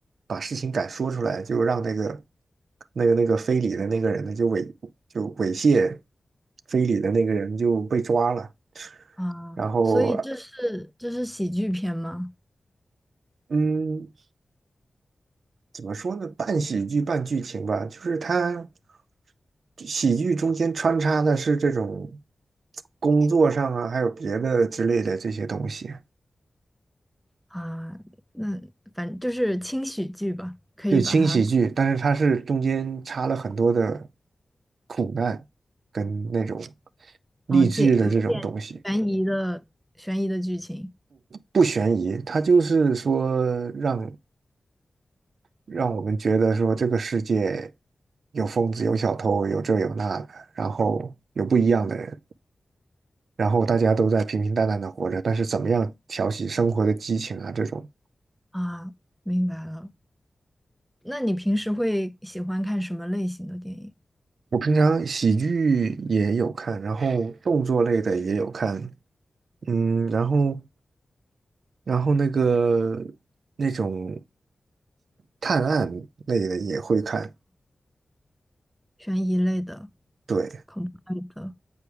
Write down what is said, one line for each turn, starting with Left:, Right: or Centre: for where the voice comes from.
Right: 把事情敢说出来，就让那个那个那个非礼的那个人呢，就猥就猥亵非礼的那个人就被抓了，
Centre: 啊，
Right: 然后
Centre: 所以这是这是喜剧片吗？
Right: 嗯，怎么说呢？半喜剧半剧情吧，就是它喜剧中间穿插的是这种工作上啊，还有别的之类的这些东西，
Centre: 啊，那反正就是轻喜剧吧，可以把它
Right: 对，轻喜剧，但是它是中间插了很多的苦难跟那种励志的这种东西，
Centre: 啊借有一点悬疑的悬疑的剧情。
Right: 不悬疑，它就是说让让我们觉得说这个世界有疯子，有小偷，有这有那的，然后有不一样的人。然后大家都在平平淡淡的活着，但是怎么样挑起生活的激情啊？这种，
Centre: 啊，明白了。那你平时会喜欢看什么类型的电影？
Right: 我平常喜剧也有看，然后动作类的也有看，嗯，然后然后那个那种探案类的也会看，
Centre: 悬疑类的、
Right: 对
Centre: 恐怖类的